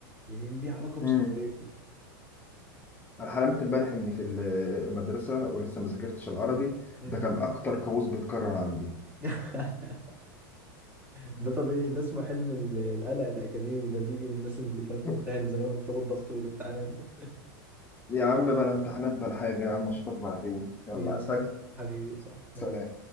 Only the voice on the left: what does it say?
امم انا حلمت امبارح اني في المدرسة ولسه ما ذاكرتش العربي
ده كان اكتر كابوس بيتكرر عندي
<laughs>
يا عم بلا امتحانات بلا حاجة يا عم اشوفك بعدين يلا
عايز حاجة
سلام